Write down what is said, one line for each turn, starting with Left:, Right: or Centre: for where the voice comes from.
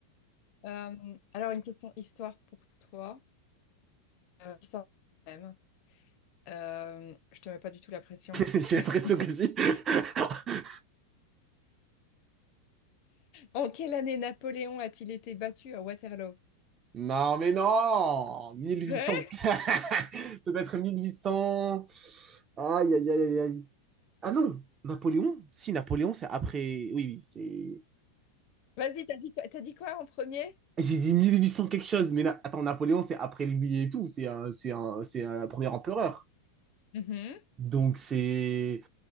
Left: Euh, alors une question histoire pour toi, Euh, histoire même. Euh, je te mets pas du tout la pression.
Right: J'ai l'impression
Left: <laughs>
Right: que si. <laughs>
Left: En quelle année Napoléon a-t-il été battu à Waterloo? <laughs>
Right: Non, mais non! 1800.
Left: Ouais.
Right: <laughs> Ça doit être 1800. Aïe, aïe, aïe, aïe. aïe. Ah non, Napoléon? Si, Napoléon, c'est après. Oui, oui, c'est.
Left: Vas-y, t'as dit quoi, t'as dit quoi en premier?
Right: J'ai dit 1800 quelque chose, mais na- attends, Napoléon, c'est après lui et tout, c'est un, c'est un, c'est un premier empereur.
Left: Mhm.
Right: Donc c'est